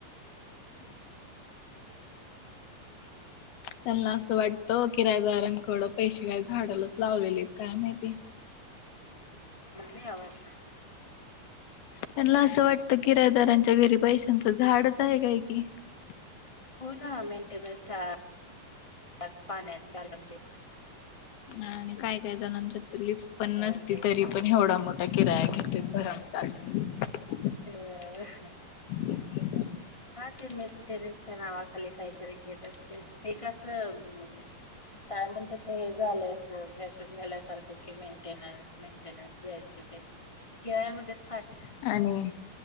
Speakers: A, on the left; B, on the left.
A: <inaudible>
B: त्यांना असं वाटतं किरायदारांन कड पैसे बाई झाडालाच लावलेलेत काय माहिती. <inaudible>
A: मला नाही आवाज <unintelligible> नंबर,
B: त्यांना असं वाटतं किरायदारांच्या घरी पैशांचं झाडच आहे काय कि <inaudible>
A: हो ना मेंटेनन्स चार्ज <inaudible> पाण्याचा चार्ज आहेच. <inaudible>
B: <inaudible> नाय आणि काय काय जणांच्या तर लीफट पण
A: का
B: नसती
A: ते
B: तरी पण एवढा मग, त्या किराया घेतेत भरमसाठ -
A: <unintelligible>
B: <inaudible>
A: हा ते मेन्टेनन्सच्या नावाखाली काहीतरी घेत असतील, ते कस हम्म <inaudible> <inaudible> काय म्हणते ते झा लय अस <unintelligible> झाल्यासारखं की मेंटेन्स मेंटेन्स घ्याच <inaudible> खेळा मध्येच
B: <inaudible> आणि